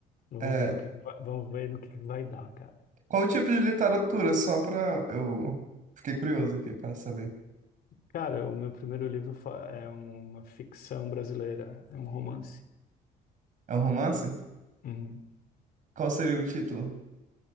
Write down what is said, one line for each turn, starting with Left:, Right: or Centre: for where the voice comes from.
Left: vamos
Right: É,
Left: ver no que, que vai- vamos ver no que que vai dar, cara.
Right: qual o tipo de literatura? Só pra eu fiquei curioso aqui para saber.
Left: Cara, o meu primeiro livro fa- é uma ficção brasileira, é um romance.
Right: É um romance?
Left: Uhum.
Right: Qual seria o título?